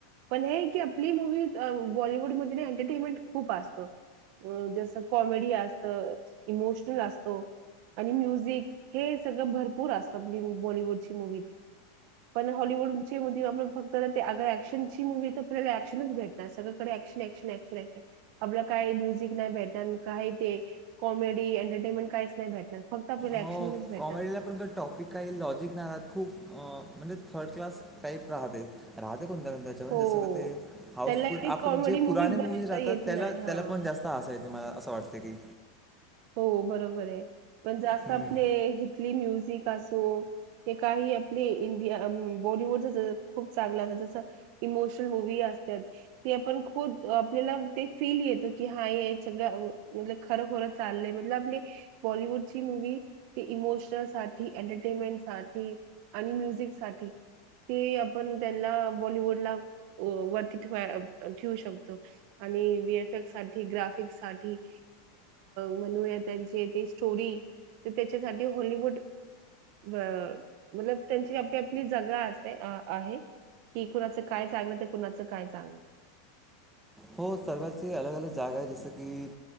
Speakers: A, on the right (about 40°); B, in the centre.
A: पण हे की आपली मूव्हि त बॉलिवूडमध्ये एंन्टटेनमेंट खूप असत हम जसं कॉमेडी असत इमोशनल असतो आणि म्युझिक हे सगळं भरपूर असतं आपली बॉलिवूडची मूव्ही पण हॉलिवूडची मधी आपण फक्त ना ती अग ऍक्शनची मूव्हि तर भेटतात सगळीकडे एक्शन एक्शन एक्शन एक्शन आपल काही म्युझिक नाही भेटणार म का हाय ते कॉमेडी एंन्टटेनमेंट काहीच नाही भेटणार फक्त आपल्याला
B: हो
A: ऍक्शनच भेटणार
B: कॉमेडीला पण तो टॉपिक काही लॉजिक नाही खूप अ म्हणजे थर्ड क्लास टाईप राहते. राहते कोणत्या कोणत्या याच्या मध्ये,
A: हो
B: जसं का ते हाऊसफुल?
A: त्यांना एवढी
B: आपण
A: कॉमेडी
B: जे
A: मूवी
B: पुराणे
A: बनवता
B: मूवीज राहतात
A: येत
B: त्याला
A: नाही हा
B: त्याला पण जास्त हासायच ते मला असं वाटते की
A: हो बरोबर आहे पण जास्त
B: हम्म
A: आपले हितली म्युझिक असो, ते काही आपले इंडिया बॉलिवूड जसं खूप चांगलं अस जसं इमोशनल मूव्हि असत्यात, ती आपण खूद आपल्याला ते फिल येत कि, हा हे सगळ मुल खर बोलत चाले मधल आपली बॉलवूड ची मूव्हि ती इमोशनल साठी एंन्टटेनमेंट साठी आणि म्युझिक साठी ते आपण त्यांना बॉलिवूडला वरती ठे ठेवू शकतो. आणि विएफ एफ साठी ग्राफिक साठी म्हणूया त्यांची ती स्टोरी ते त्याच्यासाठी हॉवूड अ मला त्यांची आपली आपली जगा असे आ आहे कि कुणाचं काय चांगलं तर कुणाचं काय चांगलं.
B: हो सर्वांची अलग अलग जागा आहे जस की.